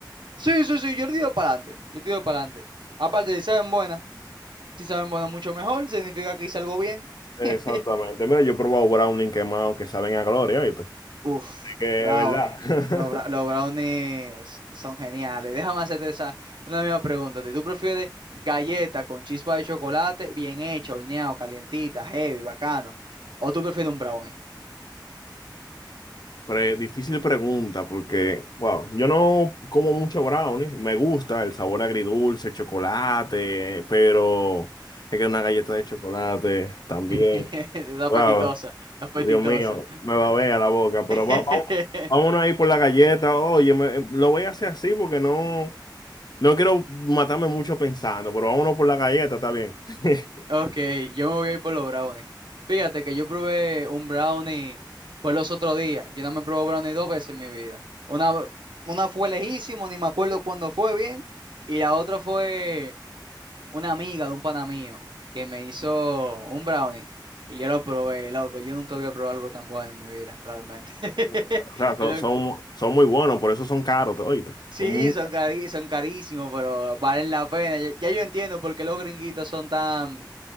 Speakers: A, on the right; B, on the left.
A: sí, sí, sí, yo le tiro para adelante. Yo tiro para adelante. Aparte, si saben buena, si saben buena mucho mejor, significa que hice algo bien.
B: Exactamente.
A: <laughs>
B: Mira, yo he probado brownie quemado que saben a gloria, ¿viste?
A: Uf,
B: Que
A: brownie.
B: es verdad. <laughs>
A: Los, bra- los brownies son geniales. <laughs> Déjame hacerte esa, una misma pregunta. Si ¿Tú prefieres galleta con chispa de chocolate, bien hecha, horneado, calientita, heavy, bacano? ¿O tú prefieres un brownie?
B: Pre- difícil pregunta porque, wow, yo no como mucho brownie, me gusta el sabor agridulce, el chocolate, pero es que una galleta de chocolate también,
A: <laughs> Está apetitosa,
B: wow,
A: está apetitosa.
B: Dios mío, me va a ver a la boca, pero
A: <laughs>
B: va, vamos, vámonos ahí por la galleta, oye, me- lo voy a hacer así porque no, no quiero matarme mucho pensando, pero vámonos por la galleta, está bien. <laughs>
A: Ok, yo me voy a ir por los brownies. Fíjate que yo probé un brownie, fue los otros días. Yo no me probé brownie dos veces en mi vida. Una, una fue lejísimo, ni me acuerdo cuándo fue bien. Y la otra fue. una amiga de un pana mío que me hizo un brownie y yo lo probé, loco. Yo nunca había probado algo tan bueno en mi vida, realmente. <laughs>
B: O sea, son,
A: Yo no-
B: son, son muy buenos, por eso son caros, oye,
A: Sí,
B: son muchas
A: son cari- son carísimos, pero valen la pena. Ya, ya yo entiendo por qué los gringuitos son tan,